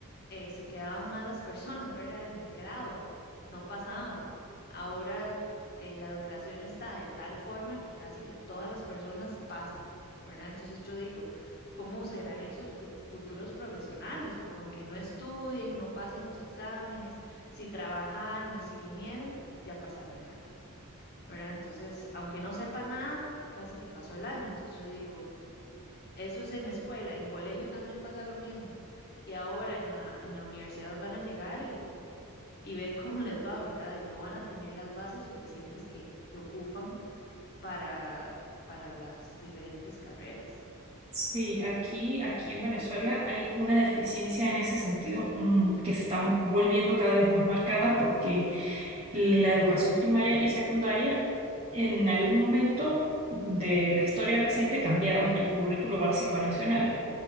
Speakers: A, on the left; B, on the right.
A: eh, se quedaban mal las personas, ¿verdad? En el grado, no pasaban. Ahora eh, la educación está de tal forma que casi que todas las personas pasan, ¿verdad? Entonces yo digo, ¿cómo serán esos fru- futuros profesionales? Porque aunque no estudien, no pasen los exámenes, si trabajaron y si vinieron, ya pasaron el año, ¿verdad? Entonces, aunque no sepa nada, casi que pasó el año. Entonces yo digo, eso es en escuela, en colegio también pasa lo mismo. Y ahora en la, en la universidad van a llegar y, y ver cómo les va, ¿verdad? Y no van a tener las bases suficientes que, que ocupan para, para las diferentes carreras.
B: Sí, aquí, aquí en Venezuela hay una deficiencia en ese sentido, mm, que se está volviendo cada vez más marcada porque la educación primaria y secundaria en algún momento de la historia reciente cambiaron el currículo básico nacional